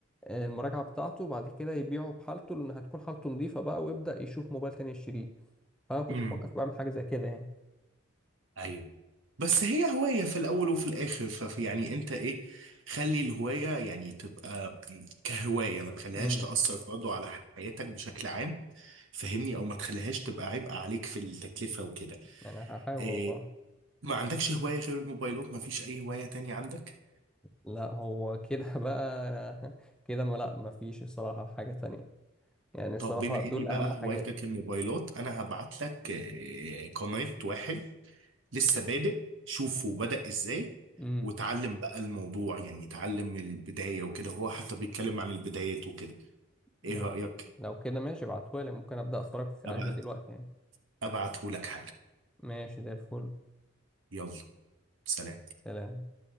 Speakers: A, in the centre; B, on the right (about 70°).
A: المراجعة بتاعته بعد كده يبيعه بحالته لأن هتكون حالته نظيفة بقى ويبدأ يشوف موبايل تاني يشتريه فأنا كنت
B: امم
A: بفكر بعمل حاجة زي كده يعني
B: ايوه بس هي هواية في الأول وفي الآخر ففي يعني أنت إيه خلي الهواية يعني تبقى كهواية ما تخليهاش
A: امم
B: تأثر برضه على حياتك بشكل عام فهمني أو ما تخليهاش تبقى عبء عليك في التكلفة وكده
A: يعني هحاول
B: إيه
A: والله
B: ما عندكش هواية غير الموبايلات ما فيش أي هواية تانية عندك
A: لا هو كده <laughs> بقى أنا كده ما لا مفيش الصراحة حاجة تانية يعني الصراحة
B: طب بما إني
A: دول
B: بقى
A: أهم حاجات
B: هوايتك الموبايلات أنا هبعت لك إيه، قناة واحد لسه بادئ شوفه بدأ ازاي
A: امم
B: وتعلم بقى الموضوع يعني تعلم البداية وكده هو حتى بيتكلم عن البدايات وكده
A: لو
B: ايه رأيك
A: لو كده ماشي ابعتهولي ممكن أبدأ أتفرج عليها
B: ابعت
A: من دلوقتي يعني
B: ابعته لك حالا
A: ماشي زي الفل
B: يلا سلام
A: سلام